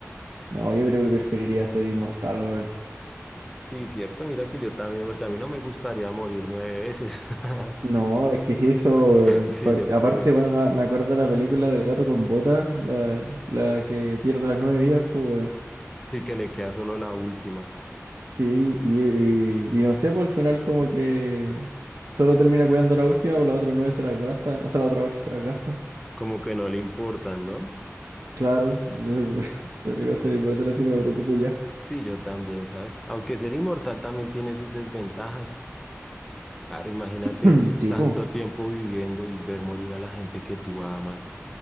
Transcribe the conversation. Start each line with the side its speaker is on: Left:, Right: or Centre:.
Right: no, yo creo que preferiría ser inmortal, weón.
Centre: Sí, cierto, mira que yo también, porque a mí no me gustaría morir nueve veces. <laughs>
Right: No, es que es eso, weón,
Centre: Sí,
Right: porque
Centre: yo
Right: aparte,
Centre: creo,
Right: igual me, me acuerdo de la película del gato con botas, la, la que pierde las nueve vidas, pues, weón.
Centre: sí que le queda solo la última,
Right: Sí, y, y- y no sé, por el final como que solo termina cuidando la última, pues las otras nueve se las gasta, o sea, las otras ocho se las gasta.
Centre: como que no le importan, ¿no?
Right: Claro, entonces, <laughs> prefiero ser inmortal así, no me preocupo ya.
Centre: Sí, yo también, ¿sabes? Aunque ser inmortal también tiene sus desventajas. Claro, imagínate
Right: <clears throat> Sí,
Centre: tanto
Right: pues,
Centre: tiempo viviendo y ver morir a la gente que tú amas